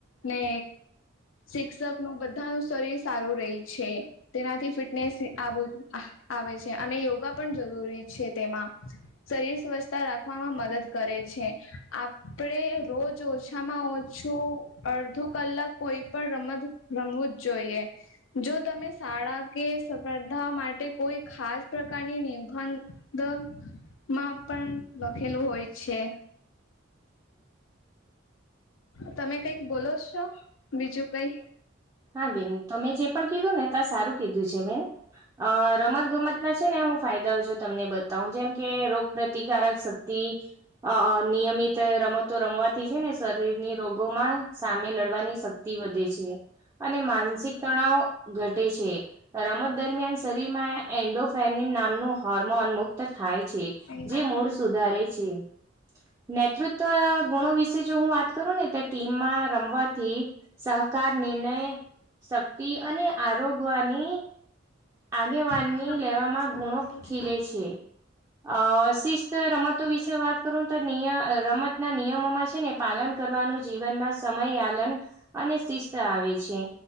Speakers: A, on the left; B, on the right.
A: ને શિક્ષક નું બધા નું શરીર સારું રેય છે તેનાથી ફિટનેસ આવ આવે છે અને યોગા પણ જરૂરી છે તેમાં શરીર સ્વછતા રાખવામાં મદદ કરે છે આપડે રોજ ઓછામાં ઓ છું અડધૂ કલાક કોઈ પણ રમત રમવું જ જોઈએ જો તમે શાળા કે સ્પર્ધા માટે કોઈ ખાસ પ્રકારની નિધન દ માં પણ લખેલું હોય છે તમે કઈક બોલો છો બીજું કઈ
B: હા બેન તમે જે પણ કીધું ને ત્યા સારું કીધું છે બે અ રમત ગમત ના છે ને હું ફાયદાઓ જો તમને બતાવું જેમ કે રોગપ્રતિકારક શક તિ અ નિયમિત રમતો રમત થી છે ને શરીર ની રોગોમાં સામે લડવાની શક્તિ વધે છે અને માનસિક તણાવ ઘટે છે રમત દરમિયાન શરીરમાં એન્ડોફેનિન નામનું હોર્મોન મુક્ત થાય છે
A: કઈ
B: જે મૂળ સુધારે છે નેતૃત્વ ગુણો વિશે જો હું વાત કરું ને તો ટીમમાં રમવાથી સહકાર નિર્ણય શક્તિ અને આરોગવાની આગેવાનની
A: ના
B: લેવામાં ગુણો ખીલે છે અ શિસ્ત રમતો વિશે વાત કરું તો નીય રમતના નિયમોમાં છે ને પાલન કરવાનું જીવનમાં સમયયાલન અને શિસ્ત આવે છે